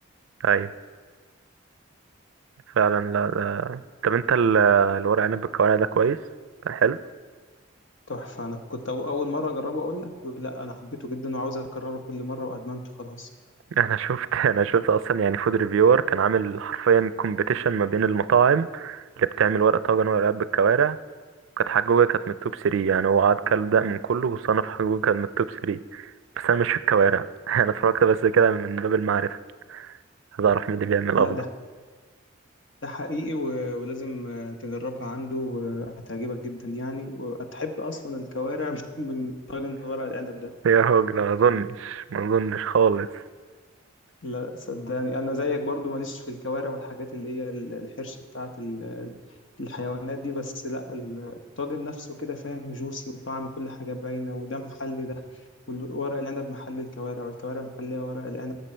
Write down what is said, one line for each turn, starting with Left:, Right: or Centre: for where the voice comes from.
Right: ايوه فعلا لا لا. طب انت ال- الورق عنب بالكوارع ده كويس كان حلو
Left: تحفة أنا كنت أول مرة أجربه أقول لك ولا أنا حبيته جدا وعاوز أكرره كل مرة وأدمنته خلاص
Right: انا شفت <laughs> انا شفت اصلا يعني فود ريفيور كان عامل حرفيا كومبيتيشن ما بين المطاعم اللي بتعمل ورق طاجن ورق عنب بالكوارع كانت حجوجة كانت من التوب 3 يعني هو قعد كل ده من كله وصنف حجوجة كانت من التوب 3 بس أنا مش في الكوارع <laughs> أنا اتفرجت بس كده من باب المعرفة عايز أعرف مين اللي بيعمل
Left: لا
Right: أفضل
Left: ده ده حقيقي و- ولازم آه، تجربها عنده وهتعجبك جدا يعني وهتحب أصلا الكوارع <laughs> من طاجن ورق العنب ده
Right: يا راجل ما أظنش ما أظنش خالص
Left: لا صدقني أنا زيك برضو ماليش في الكوارع والحاجات اللي هي ال- الحرشة بتاعت ال- الحيوانات دي بس لا ال- الطاجن نفسه كده فاهم جوسي وطعم كل حاجة باينة وده محلي ده وورق العنب محل الكوارع والكوارع محلية ورق العنب